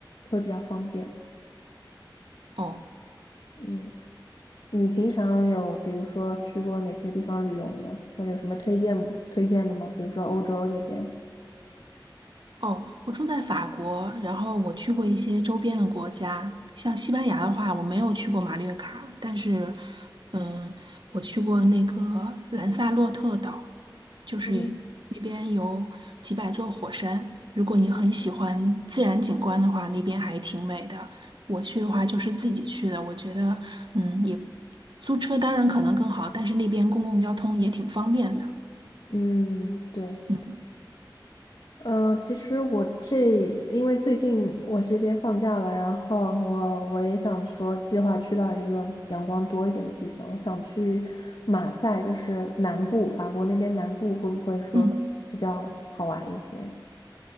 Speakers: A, on the left; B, on the right.
A: 会比较方便。
B: 哦，
A: 嗯，你平常有比如说去过哪些地方旅游呢？或者有什么推荐推荐的吗？比如说欧洲这边。
B: 哦，我住在法国，然后我去过一些周边的国家，像西班牙的话，我没有去过马略卡，但是，嗯，我去过那个兰萨洛特岛，就是
A: 嗯
B: 那边有几百座火山，如果你很喜欢自然景观的话，那边还挺美的。我去的话就是自己去的，我觉得，嗯，也租车当然可能更好，但是那边公共交通也挺方便的。
A: 嗯，对。
B: 嗯
A: 嗯，其实我这因为最近我这边放假了，然后我我也想说计划去到一个阳光多一点的地方，我想去马赛，就是南部，法国那边南部会不会说比较好玩一些？
B: 嗯。